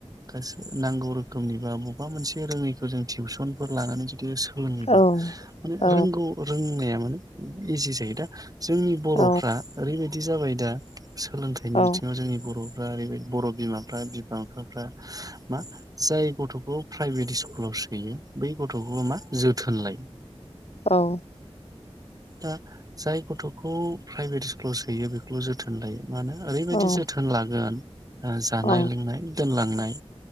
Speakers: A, on the right (about 35°); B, on the left (about 75°).
A: गासै नांगौ रोखोमनि बा बबेबा मोनसे रोङैखौ जों टिउसनफोर लानानै जुदि सोलोङोबा
B: औ
A: माने
B: औ
A: रोंगौ रोंनाया माने इजि जायो। दा जोंनि बर'फ्रा
B: औ
A: ओरैबायदि दि जाबाय दा सोलोंथायनि
B: औ
A: बिथिङाव जोंनि बर' ओरैबायदि बर' बिमाफ्रा बिमा बिफाफ्रा मा जाय गथ'खौ प्राइभेट स्कुलाव सोयो बै गथ'खौबो मा जोथोन लायो।
B: औ।
A: दा जाय गथ'खौ प्राइभेट स्कुलाव सोयो बेखौल जोथोन लायो। मा होनो ओरैबायदि
B: औ
A: जोथोन लागोन जानाय
B: औ
A: लोंनाय दोनलांनाय।